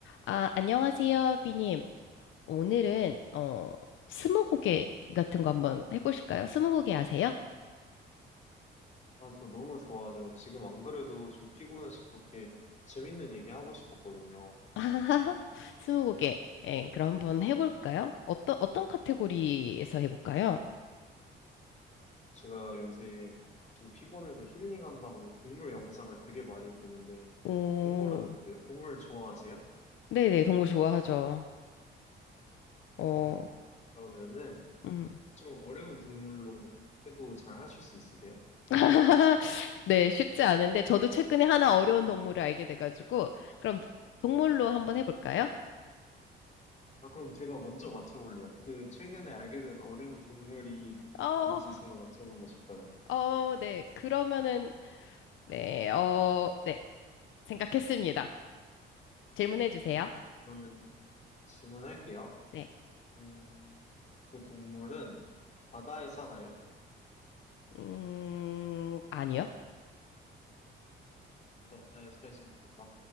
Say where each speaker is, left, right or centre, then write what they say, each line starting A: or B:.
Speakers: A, on the left; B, on the left.
A: 아, 안녕하세요, 비님. 오늘은, 어, 스무고개 같은 거 한번 해보실까요? 스무고개 아세요?
B: 아, 저 너무 좋아하죠. 지금 안 그래도 좀 피곤해서 그렇게 재밌는 얘기 하고 싶었거든요.
A: <laughs> 스무고개. 예, 그럼 한번
B: 제가,
A: 해볼까요? 어떤, 어떤 카테고리에서 해볼까요?
B: 제가 요새 좀 피곤해서 힐링한다고 동물 영상을 되게 많이 보는데,
A: 오,
B: 동물은 어때요? 동물 좋아하세요?
A: 네네, 동물 좋아하죠. 어,
B: 네, 그러면은
A: 음.
B: 좀 어려운 동물로 해도 잘 하실 수 있으세요?
A: <laughs> 네, 쉽지 않은데, 저도 최근에 하나 어려운 동물을 알게 돼가지고, 그럼 동물로 한번 해볼까요?
B: 아, 그럼 제가 먼저 맞춰볼래요. 그 최근에 알게 된 어려운 동물이
A: 어,
B: 뭔지 제가 맞춰보고 싶어요.
A: 어, 네, 그러면은, 네, 어, 네, 생각했습니다. 질문해 주세요.
B: <laughs> 그러면 질문할게요.
A: 네.
B: 음, 그 동물은 바다에 사나요?
A: 음, 아니요.
B: 하나에 세지 않는다?